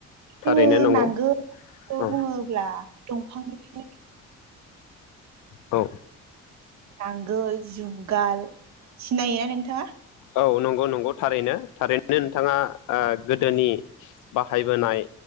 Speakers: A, on the left; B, on the right.
A: थारैनो
B: जोङो
A: नंगौ
B: नांगोलखौ
A: औ
B: बुङोब्ला दंफांनिफ्रायनो
A: औ
B: नांगोल जुंगाल सिनायोना नोंथाङा?
A: औ नंगौ नंगौ थारैनो थारैनो नोंथाङा ओ गोदोनि बाहायबोनाय